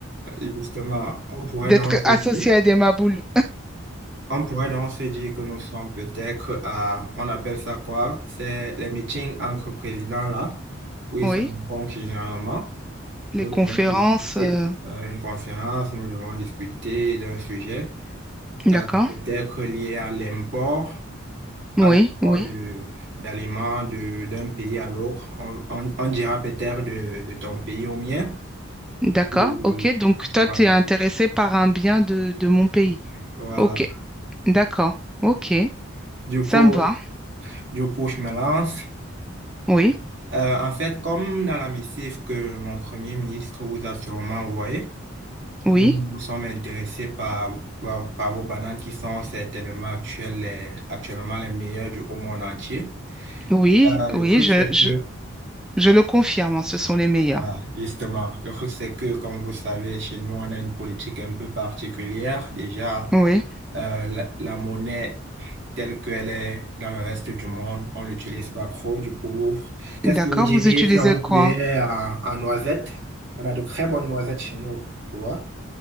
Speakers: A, on the right; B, in the centre.
A: Justement, on pourrait
B: d'être
A: donc se
B: associés
A: dire
B: à des maboules?
A: On pourrait donc se dire que nous sommes peut-être à, on appelle ça quoi? C'est les meetings entre présidents là, où ils
B: Oui,
A: se rencontrent généralement.
B: les
A: Nous
B: conférences,
A: devons discuter
B: euh,
A: euh, une conférence, nous devons discuter d'un sujet,
B: d'accord.
A: euh, peut-être lié à l'import, à
B: Oui,
A: l'import
B: oui,
A: de, d'aliments de, d'un pays à l'autre. On, on, on dira peut-être de, de ton pays au mien.
B: d'accord.
A: Et
B: OK. Donc, toi,
A: voilà,
B: tu es intéressé par un bien de, de mon pays.
A: voilà.
B: OK, d'accord. OK,
A: Du
B: ça
A: coup,
B: me va.
A: du coup, je me lance.
B: Oui,
A: Euh, en fait, comme dans la missive que mon premier ministre vous a sûrement envoyée,
B: oui.
A: nous nous sommes intéressés par, par, par vos bananes qui sont certainement actuelles, les- actuellement les meilleures du au monde entier.
B: Oui,
A: Euh, le
B: oui,
A: truc,
B: je,
A: c'est
B: je,
A: que
B: je le confirme, ce sont les meilleurs.
A: Voilà, justement, le truc, c'est que, comme vous savez, chez nous, on a une politique un peu particulière. Déjà,
B: Oui,
A: euh, la, la monnaie telle qu'elle est dans le reste du monde, on l'utilise pas trop, du coup. Qu'est-ce
B: d'accord,
A: que vous diriez
B: vous utilisez
A: si on
B: quoi?
A: vous payait en, en noisettes? On a de très bonnes noisettes chez nous, tu vois.